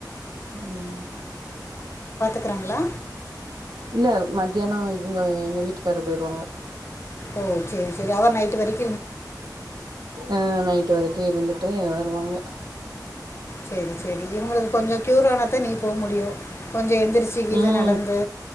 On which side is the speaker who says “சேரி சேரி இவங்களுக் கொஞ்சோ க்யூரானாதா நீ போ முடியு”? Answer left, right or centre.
Left